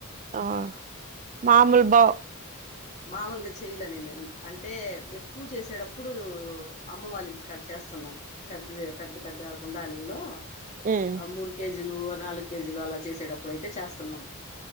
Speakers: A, on the right; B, on the left.
A: ఆ మాముూలు బా
B: మామూలుగా చెయలే నేను అంటే ప చేసేటప్పుడు అమ్మ వాళ్ళ ఇంటి కట్ చేస్తున్నాం పెద్ద పెద్ద పెద్ద గుంలు లో
A: ఉమ్
B: మూడు కేజీలు నాలుగు కేజీలు అలా చేసేటప్పుడు అయితే చేస్తున్నాం